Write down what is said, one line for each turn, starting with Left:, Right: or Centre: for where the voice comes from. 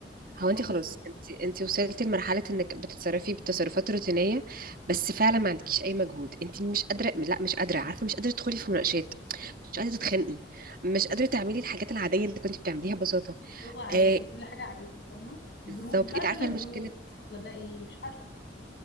Right: هو أنت
Left: هو
Right: خلاص
Left: بالظبط
Right: أنت أنت وصلتي لمرحلة إنك بتتصرفي بتصرفات روتينية بس فعلا ما عندكيش أي مجهود أنت مش قادرة لا مش قادرة عارفة مش قادرة تدخلي في مناقشات مش قادرة تتخانقي مش قادرة تعملي الحاجات العادية اللي كنت بتعمليها ببساطة
Left: اللي هو عادي
Right: آه
Left: كل حاجة عادي فاهمة برود
Right: بالظبط
Left: مش عارفة
Right: أنت عارفة
Left: ده
Right: المشكلة
Left: برود ولا ده ايه مش عارفة